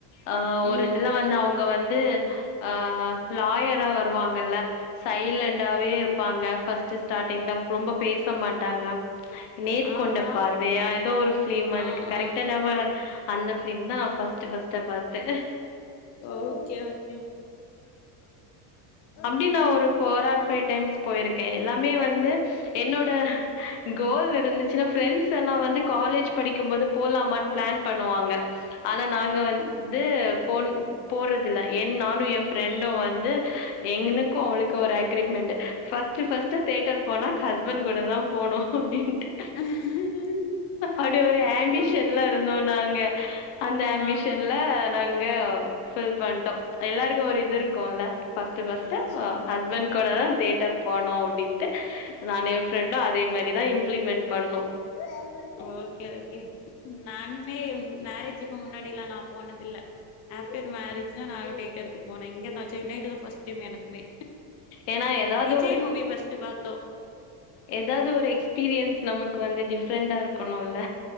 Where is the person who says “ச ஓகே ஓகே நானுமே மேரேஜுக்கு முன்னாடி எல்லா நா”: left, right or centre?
Left